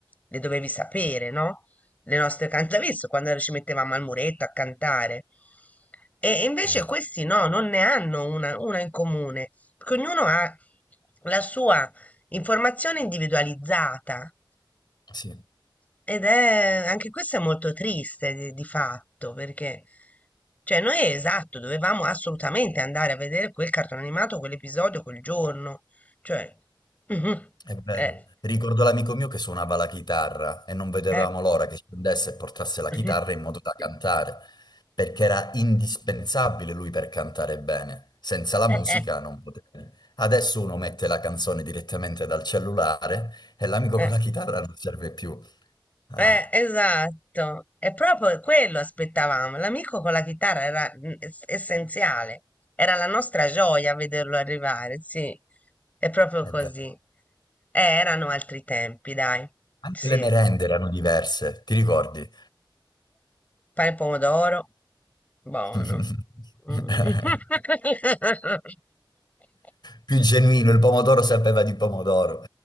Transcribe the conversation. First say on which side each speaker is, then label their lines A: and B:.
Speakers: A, on the left; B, on the left.
A: le dovevi sapere, no? le nostre cantatrici quando ci mettevamo al muretto a cantare. E invece
B: Eh,
A: questi no, non ne hanno una, una in comune, perché ognuno ha la sua informazione individualizzata
B: sì.
A: ed è anche questo è molto triste di, di fatto, perché cioè noi esatto, dovevamo assolutamente andare a vedere quel cartone animato, quell'episodio, quel giorno, cioè <laughs>
B: È vero.
A: eh,
B: Ricordo l'amico mio che suonava la chitarra e non vedevamo
A: eh.
B: l'ora che scendesse e portasse la
A: <laughs>
B: chitarra in modo da cantare, perché era indispensabile lui per cantare bene. Senza la
A: Eh,
B: musica non potevi. Adesso uno mette la canzone direttamente dal cellulare e l'amico
A: eh.
B: con la chitarra non serve più. Ah,
A: Eh, esatto, è proprio quello aspettavamo. L'amico con la chitarra era mm, es- essenziale, era la nostra gioia vederlo arrivare, sì, è proprio
B: è
A: così.
B: vero.
A: Eh, erano altri tempi, dai,
B: Anche
A: sì.
B: le merende
A: Eh,
B: erano diverse, ti ricordi?
A: Pane e pomodoro, buono.
B: <laughs>
A: Mm. <laughs>
B: più genuino, il pomodoro sapeva di pomodoro,